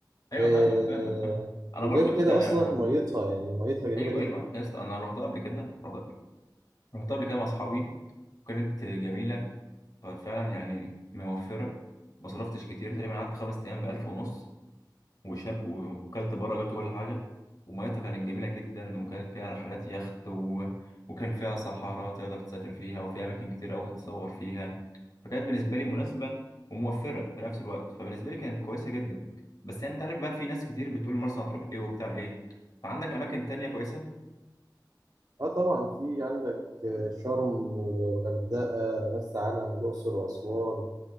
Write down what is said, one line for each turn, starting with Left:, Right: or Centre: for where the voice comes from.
Left: ايوه
Right: آه،
Left: فاهمك فاهمك فاهم انا
Right: وغير
Left: برضو
Right: كده
Left: يا اسطى يعني
Right: اصلا
Left: انا
Right: ميتها يعني ميتها جميله
Left: ايوه
Right: جدا
Left: ايوه يا اسطى انا رحتها قبل كده رحت قبل رحت قبل كده مع اصحابي كانت جميله ففعلا يعني موفره ما صرفتش كتير تقريبا قعدت خمس ايام بألف ونص وشاب وكلت بره جبت كل حاجة وميتها كانت جميلة جدا وكان فيها رحلات يخت و... وكان فيها صحراء تقدر تسافر فيها وفيها أماكن كتير أوي تتصور فيها فكانت بالنسبة لي مناسبة وموفرة في نفس الوقت فبالنسبة لي كانت كويسة جدا بس يعني أنت عارف بقى في ناس كتير بتقول مرسى هتروح إيه وبتاع إيه فعندك أماكن تانية كويسة؟
Right: اه طبعا في عندك آه، شرم الغردقة مرسى علم الأقصر وأسوان